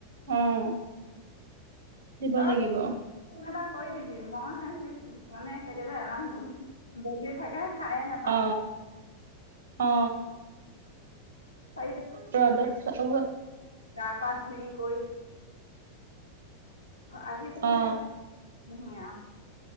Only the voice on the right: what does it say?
আহ। দিব
লাগিব।
অ অ।
ৰ'দত
অ
অ